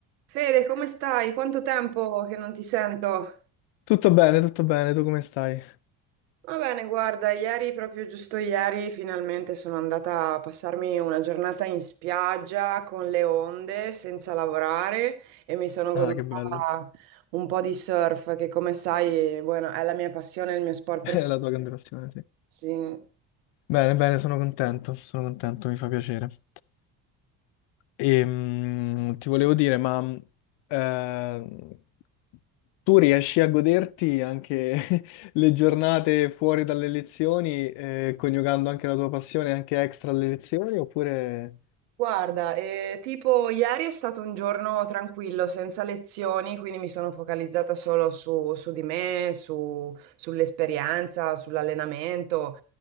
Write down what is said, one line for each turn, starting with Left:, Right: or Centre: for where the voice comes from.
Right: Fede, come stai? Quanto tempo che non ti sento?
Left: Tutto bene, tutto bene, tu come stai?
Right: Va bene, guarda, ieri, proprio giusto ieri, finalmente sono andata a passarmi una giornata in spiaggia con le onde, senza lavorare e mi sono goduta
Left: Ah, che bello,
Right: un po' di surf, che come sai, bueno, è la mia passione, il mio sport preferito.
Left: <laughs> è la tua grande passione, sì.
Right: sì.
Left: Bene, bene, sono contento, sono contento, mi fa piacere. E, mm, ti volevo dire, ma mm, eh, tu riesci a goderti anche <laughs> le giornate fuori dalle lezioni, eh, coniugando anche la tua passione anche extra alle lezioni, oppure...
Right: Guarda, eh, tipo ieri è stato un giorno tranquillo, senza lezioni, quindi mi sono focalizzata solo su, su di me, su- sull'esperienza, sull'allenamento,